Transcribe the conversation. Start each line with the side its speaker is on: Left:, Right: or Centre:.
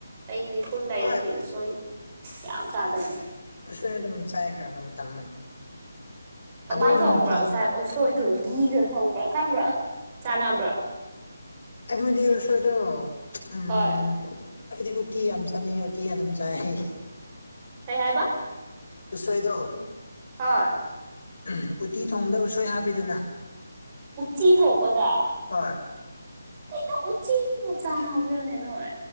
Right: ꯑꯩꯗꯤ ꯄꯨꯜ ꯂꯩꯔꯗꯤ
Left: ꯍꯣꯏ
Right: ꯎꯁꯣꯏ ꯌꯥꯝ ꯆꯥꯗꯅꯦ
Left: ꯁꯣꯏ ꯑꯗꯨꯝ ꯆꯥꯏ ꯈ꯭ꯔꯒ ꯃꯇꯝ ꯃꯇꯝ
Right: ꯀꯃꯥꯏꯅ
Left: ꯑꯗꯨ
Right: ꯊꯣꯡꯕ꯭ꯔꯥ
Left: ꯅꯨꯡꯇꯤ
Right: ꯉꯁꯥꯏ ꯎꯁꯣꯏꯗꯨ ꯒꯤꯘꯒ ꯊꯣꯡꯕ꯭ꯔꯥ ꯈꯪꯕ꯭ꯔꯥ ꯆꯥꯟꯅꯕ꯭ꯔꯥ
Left: ꯑꯩꯈꯣꯏꯗꯤꯁꯣꯏꯗꯣ ꯎꯝ
Right: ꯍꯣꯏ
Left: ꯍꯥꯏꯗꯤ ꯎꯇꯤ ꯌꯥꯝ ꯆꯥꯅꯤꯡꯉ ꯎꯇꯤ ꯑꯗꯨꯝ ꯆꯥꯏ
Right: ꯀꯩ ꯍꯥꯏꯕ
Left: ꯎꯁꯣꯏꯗ
Right: ꯍꯣꯏ
Left: ꯎ ꯎꯠꯇꯤ ꯊꯣꯡꯕꯗ ꯎꯁꯣꯏ ꯍꯥꯞꯄꯤꯗꯅ
Right: ꯎꯆꯤ ꯊꯣꯡꯕꯗ
Left: ꯍꯣꯏ
Right: ꯩꯅ ꯎꯆꯠ ꯅꯨꯁꯥꯥꯟ ꯍꯥꯕ꯭ꯔꯣ ꯅꯅꯣꯣꯏ